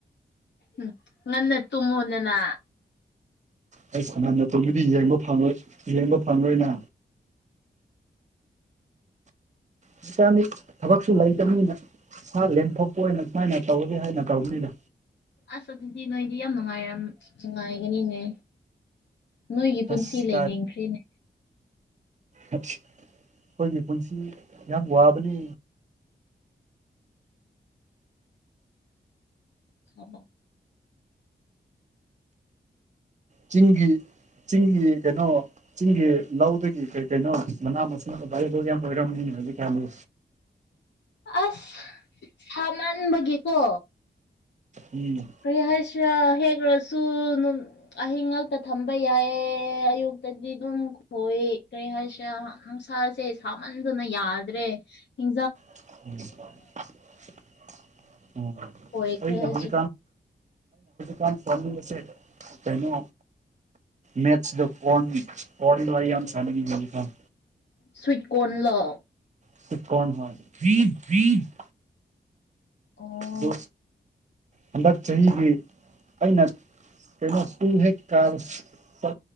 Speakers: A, on the left (about 85°); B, on the right (about 40°).
A: ꯎꯝ ꯉꯟꯅ ꯇꯨꯃ ꯅꯦꯅꯥ
B: ꯑꯩ ꯁꯅꯥꯟ ꯃꯇꯝꯗꯨꯗꯤ ꯌꯦꯡꯕ ꯐꯪꯉꯣꯏ ꯌꯦꯡꯕ ꯐꯪꯔꯣꯏꯅ ꯆ ꯆꯥꯅꯤ ꯊꯕꯛꯁꯨ ꯂꯩꯇꯕꯅꯤꯅ ꯁꯥ ꯂꯦꯝꯊꯣꯛꯄ ꯑꯣꯏꯅ ꯀꯨꯃꯥꯏꯅ ꯇꯧꯒꯦ ꯍꯥꯏꯅ ꯇꯧꯅꯤꯗ
A: ꯑꯁ ꯑꯗꯨꯗꯤ ꯅꯣꯏꯗꯤ ꯌꯥꯝ ꯅꯨꯡꯉꯥꯏꯔ ꯅꯨꯡꯉꯥꯏꯒꯅꯤꯅꯦ ꯅꯣꯏꯒꯤ
B: ꯑꯁ
A: ꯄꯨꯟꯁꯤ ꯂꯩꯅꯤꯡꯈ꯭ꯔꯦꯅꯦ
B: ꯑꯩꯈꯣꯏꯅꯦ ꯄꯨꯟꯁꯤ ꯌꯥꯝ ꯋꯥꯕꯅꯤ
A: ꯑ
B: ꯆꯤꯡꯒꯤ ꯆꯤꯡꯒꯤ ꯀꯩꯅꯣ ꯆꯤꯡꯒꯤ ꯂꯧꯗꯒꯤ ꯀꯩ ꯀꯩꯅꯣ ꯃꯅꯥ ꯃꯁꯤꯡ ꯕꯥꯗꯧ ꯌꯥꯝ ꯑꯣꯏꯔꯝꯅꯤ ꯍꯧꯖꯤꯛ ꯀꯌꯥꯨ
A: ꯑꯁ ꯁꯥ ꯃꯥꯟꯕꯒꯤꯀꯣ
B: ꯎꯝ
A: ꯀꯔꯤ ꯍꯥꯏꯁ ꯍꯦꯒ꯭ꯔꯁꯨ ꯅꯨꯡ ꯑꯍꯤꯡ ꯉꯥꯛꯛꯇ ꯊꯝꯕ ꯌꯥꯏꯌꯦ ꯑꯌꯨꯛꯇꯗꯤ ꯑꯗꯨꯝ ꯈꯣꯏ ꯀꯔꯤ ꯍꯥꯏꯁꯤꯌꯥ ꯍꯥ ꯅꯨꯡꯁꯥꯁꯦ ꯁꯥꯃꯟꯗꯨꯅ ꯌꯥꯗ꯭ꯔꯦ ꯍꯤ__
B: <unintelligible>
A: ꯑꯣꯏꯈ꯭ꯔꯦ
B: ꯑꯩꯅꯥ
A: ꯍꯥꯏꯁꯤ
B: ꯍꯧꯖꯤ ꯀꯥꯟ ꯇꯧꯅꯤꯡꯕꯁꯦ ꯀꯩꯅꯣ ꯃꯦꯠꯁꯗ ꯀꯣꯟ ꯀꯣꯟꯗꯣ ꯑꯩ ꯌꯥꯝ ꯁꯥꯥꯟꯅꯤꯡꯉꯦ ꯏꯇꯥꯑꯣ
A: ꯁ꯭ꯤꯠ ꯀꯣꯟ ꯂꯣ
B: <unintelligible>
A: ꯑꯣ
B: ꯑꯗꯨ ꯍꯟꯗꯛ ꯆꯍꯤꯒꯤ ꯑꯩꯅ ꯀꯩꯅꯣ ꯁꯀꯨꯜ ꯍꯦꯛ ꯀꯔꯛ ꯄꯥ